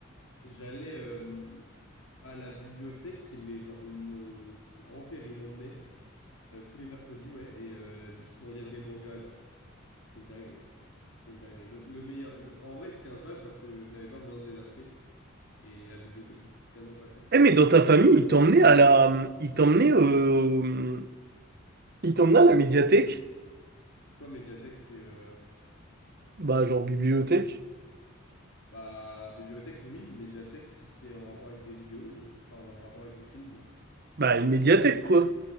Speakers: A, on the left (about 70°); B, on the right (about 50°).
A: j'allais euh, à la bibliothèque, qui mais genre mon grand-père, il m'emmenait euh, tous les mercredis, ouais, et euh, juste pour lire des mangas, genre. C'était une dinguerie. C'était une dinguerie. Le, le meilleur, le- en vrai, c'était incroyable parce que t'avais pas besoin de les acheter et la bibliothèque, ça coûtait tellement pas cher.
B: Eh, mais dans ta famille, ils t'emmenaient à la... Ils t'emmenaient euh, au- Ils t'emmenaient à la médiathèque.
A: C'est quoi Mediatek C'est euh,
B: Bah, genre bibliothèque.
A: bah bibliothèque, oui, mais médiathèque si c'est en rapport avec des vidéos, non. Enfin, en rapport avec du film, non.
B: Bah, une médiathèque, quoi.